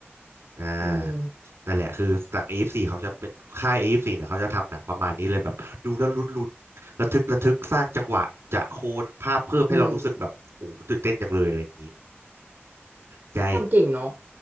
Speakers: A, on the right (about 75°); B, on the right (about 45°).
A: อ่านั่นแหละคือหนัง
B: อืม
A: A24 เขาจะเป็นค่าย A24 เนี่ยเขาจะทำหนังประมาณนี้เลยแบบดูแล้วลุ้นลุ้นระทึกระทึกสร้างจังหวะจะโคนภาพเพิ่มให้เรารู้สึกแบบโอ้โหตื่นเต้นจังเลยอะไรอย่างนี้
B: อืม
A: ใจ
B: ทำเก่งเนาะ